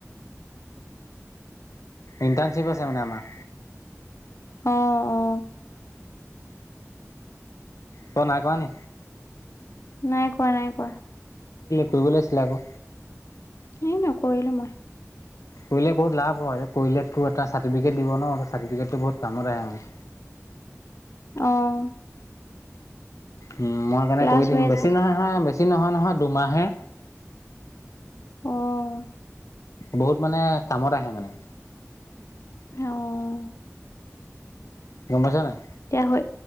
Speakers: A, on the left (about 85°); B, on the left (about 65°).
A: ইণ্টাৰনশিপছে আমাৰ।
B: অ অ।
A: ক নাই কোৱা ন?
B: নাই কৰাৱা নাই কোৱা।
A: কৰিবলৈ আছিলে আকৌ।
B: এ নকৰিলো মই।
A: কৰিলে বহুত লাভ হয়, কৰিলোতো এটা চাৰ্টিফিকেট দিব ন চাৰটিফিকেটতো বহুত কামত আহে মানে।
B: আহ'।
A: উম' মই সেইকাৰণে
B: ক্লাছ
A: কৰি দিম
B: হৈ
A: বেছি
B: আছে
A: নহয় হয় বেছি নহয় নহয় দুমাহহে।
B: অহ'।
A: বহুত মানে কামত আহে মানে।
B: আহ'।
A: গম পাইছ নাই?
B: হৈ